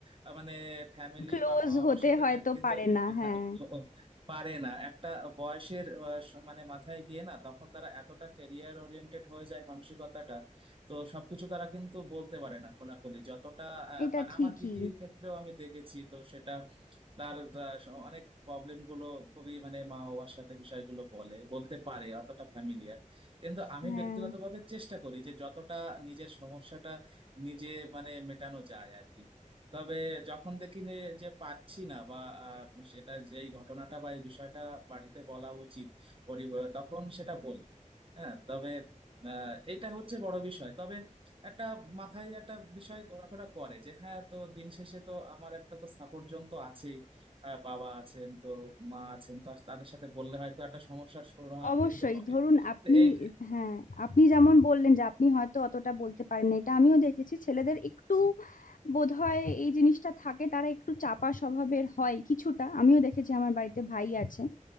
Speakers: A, on the right (about 40°); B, on the left (about 80°).
A: আহ, মানে ফ্যামিলি
B: ক্লোজ
A: বা মা বাবার
B: হতে
A: সাথে
B: হয়তো
A: টা কিন্তু
B: পারে না
A: <laughs>
B: হ্যাঁ
A: পারে না একটা বয়সের আহ, স- মানে মাথায় গিয়ে না তখন তারা এতটা ক্যারিয়ার ওরিয়েন্টেড হয়ে যায় মানসিকতাটা তো সবকিছু তারা কিন্তু বলতে পারে না খোলাখুলি যতটা আহ,
B: এটা
A: বা
B: ঠিকই
A: আমার দিদির ক্ষেত্রেও আমি দেখেছি তো সেটা তার আহ, স- অনেক প্রবলেম গুলো খুবই মানে মা বাবার সাথে বিষয়গুলো বলে বলতে পারে অতটা ফ্যামিলিয়ার কিন্তু আমি
B: হ্যাঁ
A: ব্যক্তিগতভাবে চেষ্টা করি যে যতটা নিজের সমস্যাটা নিজে মানে মেটানো যায় আর কি তবে যখন দেখি যে যে পারছি না বা আহ, সেটা যেই ঘটনাটা বা এই বিষয়টা বাড়িতে বলা উচিত পরিবার তখন সেটা বলি হ্যাঁ তবে আহ, এইটা হচ্ছে বড় বিষয় তবে একটা মাথায় একটা বিষয় ঘোরাফেরা করে যে হ্যাঁ তো দিন শেষে তো আমার একটা তো সাপোর্ট জন তো আছেই আহ, বাবা আছেন তো মা আছেন তো তাদের সাথে বললে হয়তো একটা সমস্যার সুরাহা
B: অবশ্যই
A: কিন্তু হবে
B: ধরুন আপনি
A: তো এই
B: হ্যাঁ আপনি যেমন বললেন যে আপনি হয়তো অতটা বলতে পারেন না, এটা আমিও দেখেছি ছেলেদের একটু বোধহয় এই জিনিসটা থাকে তারা একটু চাপা স্বভাবের হয় কিছুটা আমিও দেখেছি আমার বাড়িতে ভাই আছে